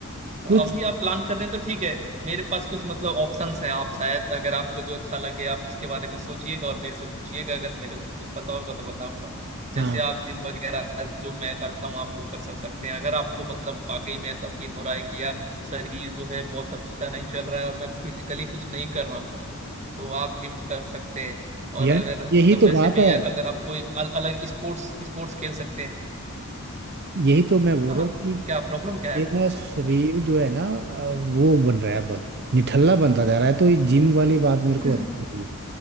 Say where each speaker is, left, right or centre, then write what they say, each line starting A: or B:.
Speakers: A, on the right; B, on the right.
A: कुछ
B: तो अभी आप प्लान कर रहे हैं तो ठीक है मेरे पास कुछ मतलब ऑप्शंस हैं आप शायद अगर आपको जो अच्छा लगे आप उसके बारे में सोचिएगा और मेरे से पूछिएगा अगर मेरे को कुछ पता होगा तो बताऊंगा
A: हाँ
B: जैसे आप जिम वगैरह जो मैं करता हूँ आप वो कर सक सकते हैं अगर आपको मतलब वाकई में ऐसा फील हो रहा है कि यार शरीर जो है बहुत अच्छा नहीं चल रहा है और मैं फिजिकली कुछ नहीं कर रहा हूँ तो आप जिम कर सकते हैं और
A: यार
B: अगर मतलब
A: यही तो
B: वैसे
A: बात
B: में
A: है
B: ये अगर आप कोई अल अलग स्पोर्ट्स स्पोर्ट्स खेल सकते हैं
A: यही तो मैं बोल
B: हाँ
A: रहा हूँ कि
B: क्या प्रॉब्लम क्या है
A: मेरा शरीर
B: हम्म
A: जो है ना अ, वो बन रहा है अब निठल्ला बनता जा रहा है तो ये जिम वाली बात मेरे
B: <laughs>
A: को अच्छी लगी